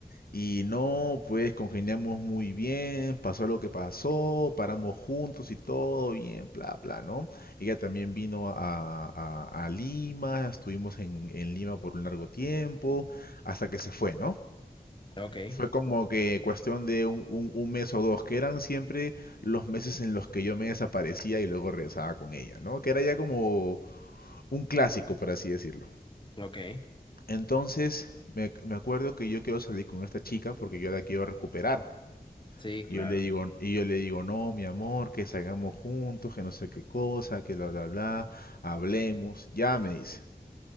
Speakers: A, on the left; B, on the left.
A: Y no, pues congeniamos muy bien, pasó lo que pasó, paramos juntos y todo bien, bla, bla, ¿no? Ella también vino a, a- a Lima, estuvimos en, en Lima por un largo tiempo, hasta que se fue, ¿no?
B: Ok,
A: Fue como que cuestión de un, un- un mes o dos, que eran siempre los meses en los que yo me desaparecía y luego regresaba con ella, ¿no? Que era ya como un clásico, por así decirlo.
B: ok.
A: Entonces, me, ac- me acuerdo que yo quiero salir con esta chica porque yo la quiero recuperar.
B: Sí, claro.
A: Y yo le digo, y yo le digo, no, mi amor, que salgamos juntos, que no sé qué cosa, que bla, bla, bla, hablemos. Ya me dice.